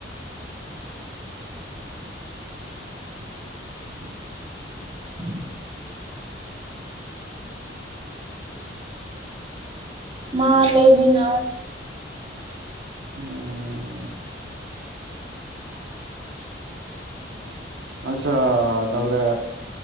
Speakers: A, on the right; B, on the right.
A: <inaudible> <unintelligible>
B: <inaudible> ᱢᱟ ᱞᱟᱹᱭ ᱵᱤᱱ ᱟᱨ
A: ᱦᱩᱸᱻ ᱟᱪᱪᱷᱟ ᱛᱟᱦᱚᱞᱮ